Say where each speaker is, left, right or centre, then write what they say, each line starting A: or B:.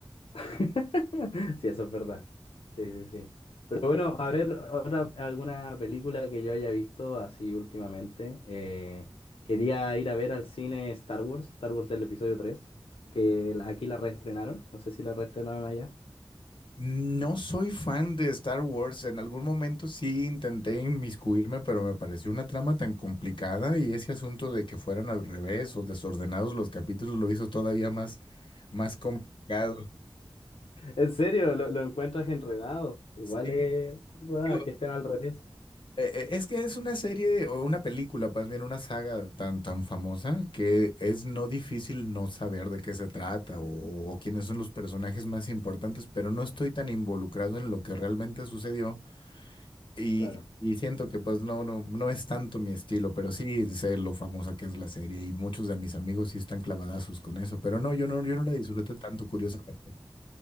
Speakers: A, on the left (about 85°); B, on the left (about 65°).
A: <laughs> Sí, eso es verdad. Sí, sí, sí. Pero bueno, a ver, otra, alguna película que yo haya visto así últimamente. Eh, quería ir a ver al cine Star Wars, Star Wars el episodio 3, que la- aquí la reestrenaron, no sé si la reestrenaron allá.
B: No soy fan de Star Wars. En algún momento sí intenté inmiscuirme, pero me pareció una trama tan complicada y ese asunto de que fueran al revés o desordenados los capítulos lo hizo todavía más, más complicado.
A: En serio, lo, lo encuentras enredado. Igual
B: Sí,
A: es enredada,
B: digo,
A: que estén al revés.
B: eh, eh, es que es una serie de- o una película, más bien una saga tan, tan famosa que es no difícil no saber de qué se trata o o quiénes son los personajes más importantes, pero no estoy tan involucrado en lo que realmente sucedió Y,
A: Claro.
B: y siento que pues no, no, no es tanto mi estilo, pero sí sé lo famosa que es la serie y muchos de mis amigos sí están clavadazos con eso, pero no, yo no, yo no la disfruté tanto, curiosamente.